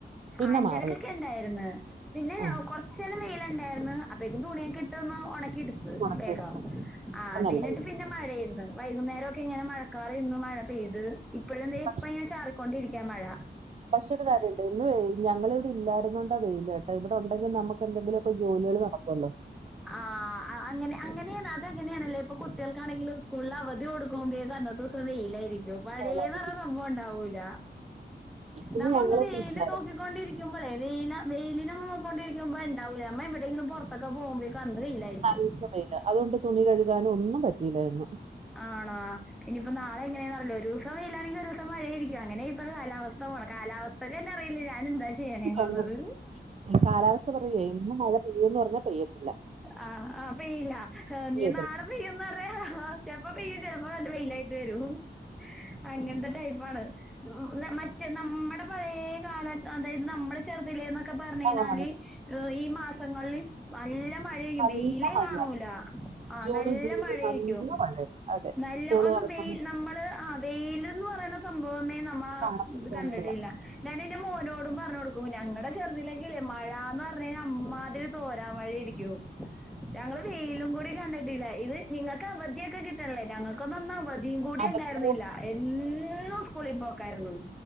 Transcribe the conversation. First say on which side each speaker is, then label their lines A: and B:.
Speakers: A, on the right; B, in the centre.
A: പിന്നെ
B: അഞ്ചരക്കൊക്കെ
A: മാറി
B: ഉണ്ടായിരുന്ന് പിന്നെ
A: ആഹ്
B: കൊറച്ച് ച്ചേരം വെയിലുണ്ടായിരുന്ന് അപ്പൊഴേക്കും തുണിയൊക്കെ ഇട്ടൊന്ന് ഉണക്കിട്ട്
A: ഒണക്കിയെടുത്ത്
B: പെയ്തൊ ആഹ്
A: അപ്പൊ നല്ല
B: വെയിലന്നിട്ട്
A: വെയില്
B: പിന്നെ മഴ ആയിരുന്നു വൈകുന്നേരം ഒക്കെ ഇങ്ങനെ മഴക്കാറ് നിന്ന് മഴ പെയ്ത് ഇപ്പോഴും ദേ
A: പക്ഷെ
B: ഇപ്പൊ ഇങ്ങനെ ചാറിക്കൊണ്ടിരിക്കു ക്ക മഴ
A: പക്ഷെ ഒരു കാര്യംണ്ട് ഇന്നുവേ ഞങ്ങളിവിടെ ഇല്ലായിരുന്ന കൊണ്ടാ വെയില് കേട്ടാ ഇവിടെ ഉണ്ടെങ്കിൽ നമുക്ക് എന്തെങ്കിലുവൊക്കെ ജോലികള് നടക്കുമല്ലോ
B: ആഹ് അങ്ങനെ അങ്ങനെയാണ് അതെങ്ങനെയാണല്ലൊ ഇപ്പൊ കുട്ടികൾക്കാണെങ്കിലും സ്കൂളിൽ അവധി കൊടുക് ക്കുവോം ചെയ്യും അന്നത്തെ ദിവസം വെയിലായിരിക്കും മഴേന്നു
A: വെയിലായിരിക്കും
B: പറയുന്ന സംഭവം ഉണ്ടാവൂല
A: ഇന്ന്
B: നമ്മൊന്ന്
A: ഞങ്ങള്
B: വെയിലിന
A: ഇവിടെ ഇല്ലായിരുന്നു
B: നോക്കി കൊണ്ടിരിക്കുമ്പോളേ വെയില വെയിലിന നോക്കി കൊണ്ടിരിക്കുമ്പോ ഉണ്ടാവില്ല നമ്മ എവിടെങ്കിലും പുറത്തൊക്കെ പോകുമ്പ അന്ന് വെയിലായിരിക്കും
A: നല്ല അതുകൊണ്ട് തുണി കഴുകാനൊന്നും പറ്റിയില്ല ഇന്ന്
B: ആണാ ഇനിയിപ്പോ നാളെ എങ്ങനെയാ നല്ലൊരു ഇപ്പ വെയിലാണെങ്കി ഒരു ദിവസം മഴ ആയിരിക്കും അങ്ങനെയാ ഇപ്പ കാലാവസ്ഥ പോണ കാലാവസ്ഥക്ക് തന്നെ അറിയില്ല ഞാനെന്താ ചെയ്യ ചെയ്യണേ എന്നുള്ളത്
A: ഞങ്ങൾ കാലാവസ്ഥ പറയുവേ ഇന്ന് മഴ പെയ്യൂന്ന് പറഞ്ഞാ പെയ്യത്തില്ല
B: ആഹ് ആഹ് പെയ്യില്ല ആ
A: പെയ്യത്തില്ല
B: ഞാൻ നാളെ പെയ്യൂന്ന്പറഞ്ഞ ചെലപ്പോ പെയ്യും ചെലപ്പോ അത് വെയിലായിട്ട് വരും. അങ്ങനത്തെ ടൈപ്പാണ് മറ്റേ നമ്മുടെ പഴേ കാലഘട്ടം അതായത് നമ്മുടെ ചെറുതിലേന്നൊക്കെ ക്ക പറഞ്ഞ് കഴിഞ്ഞാല്
A: ആഹ്
B: ഈ മാസങ്ങളിൽ നല്ല മഴ ആരിക്കും
A: നല്ല
B: വെയില്
A: മഴയാ
B: കാണൂല ആഹ്
A: ജൂണ്
B: നല്ല
A: ജൂലൈ
B: മഴ
A: നല്ല
B: ആയിരിക്കും
A: മഴയാ അതെ
B: നല്ല
A: സ്കൂള്
B: ഒന്നും
A: തുറക്കുന്ന
B: വെയിൽ നമ്മള് ആ വെയിലെന്ന് പറയുന്ന സംഭവമേ നമ്മള്
A: കാണത്തില്ല കാണത്തില്ല.
B: കണ്ടിട്ടില്ല ഞാൻ എന്റെ മോനോടും പറഞ്ഞ് കൊടുക്കും ഞങ്ങടെ ചെറുതിലൊക്കയില്ലേ മഴാന്ന് പറഞ്ഞ് കഴിഞ്ഞാ അമ്മാതിരി തോരാ മഴയായിരിക്കും ഞങ്ങള് വെയിലും കൂടി കണ്ടിട്ടില്ല ഇത് നിങ്ങൾക്ക് അവധിയൊക്കെ കിട്ടണില്ലേ ഞങ്ങൾക്കൊന്നും അന്ന് അവ ധിയും കൂടി
A: അതൊക്കെ
B: ഉണ്ടായിരുന്നില്ല എന്നും സ്കൂളി പോക്കായിരുന്നു